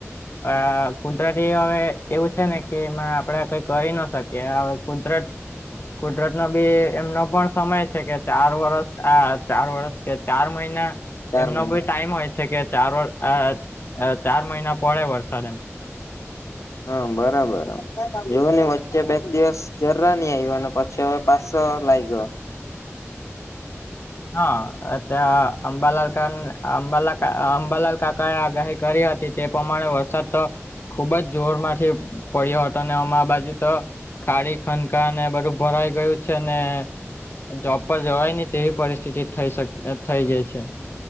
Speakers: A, on the left; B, on the left.
A: અ કુદરતી હવે એવું છે ને કે એમાં આપડે કઈ કરી ન શકીએ હવે કુદરત કુદરત નો બી એમનો પણ સમય છે કે ચાર વર્ષ આ ચાર વર્ષ કે ચાર મહિના
B: ચાર
A: એમનો
B: મહિના
A: બી ટાઈમ હોય છે કે ચાર વ અ અ ચાર મહિના પડે વરસાદ એમ
B: હા બરાબર જોવ ને વચ્ચે બે ક દિવસ જરા ની આવયો અને પછી હવે પાસો લાઇગો
A: હા ત્યાં અંબાલાલ કાન અંબાલા કા અંબાલાલ કા કા એ આગાહી કરી હતી તે પ્રમાણે વરસાદ તો ખુબ જ જોર માંથી પડ્યો હતો ને અમા બાજુ તો ખાડી ખંકાને બધું ભરાઈ ગયું છે ને જોબ પર જવાય નહી તેવી પરિસ્થિતિ થઈ શક થઈ ગઈ છે.